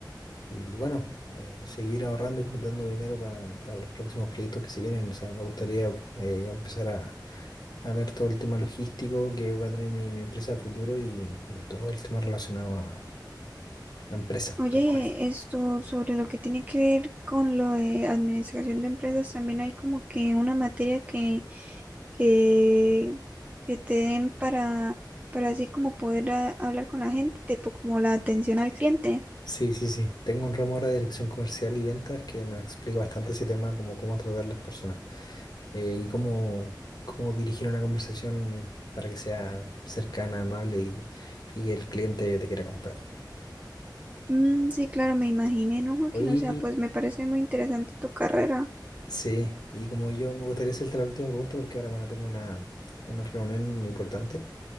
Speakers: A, on the left; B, on the right.
A: Y bueno, eh, seguir ahorrando y juntando dinero para, para los próximos proyectos que se vienen. O sea, me gustaría eh, ya empezar a, a ver todo el tema logístico que va a tener mi, mi empresa a futuro y, y todo el tema relacionado a la empresa.
B: Oye,
A: Pero bueno,
B: esto sobre lo que tiene que ver con lo de administración de empresas, también hay como que una materia que, que, que te den para, para así como poder a- hablar con la gente, tipo como la atención al cliente.
A: sí, sí, sí. Tengo un ramo ahora de dirección comercial y ventas que nos explica bastante ese tema, como cómo tratar las personas eh, y cómo, cómo dirigir una conversación para que sea cercana, amable y, y el cliente te quiera comprar.
B: Mm, sí, claro, me imaginé, ¿no, Joaquín?
A: Hoy.
B: O sea, pues me parece muy interesante tu carrera.
A: Sí, y como yo me gustaría hacerte la última pregunta porque ahora, bueno, tengo una, una reunión importante.